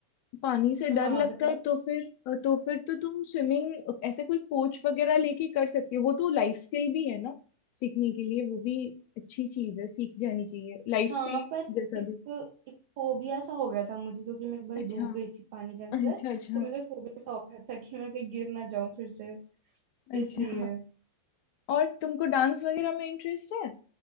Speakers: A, on the left; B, on the right.
A: पानी से डर
B: हाँ
A: लगता
B: बताओ
A: है तो फिर तो फिर तो तुम स्विमिंग ऐसे कोई कोच वगैरह लेके कर सकती हो वो तो लाइफ स्किल भी है ना सीखने के लिए वो भी अच्छी चीज है सीख जानी चाहिए लाइफ
B: हाँ
A: स्किल
B: पर
A: जैसा
B: एक
A: भी
B: एक फोबिया सा हो गया था मुझे क्योंकि मैं एक बार
A: अच्छा
B: डूब गई थी पानी के अंदर
A: अच्छा अच्छा
B: तो मेरे को फोबिया सा हो गया था कि मैं कहीं गिर ना जाऊं फिर से
A: अच्छा
B: इसलिए
A: और तुमको डांस वगैरह में इंटरेस्ट है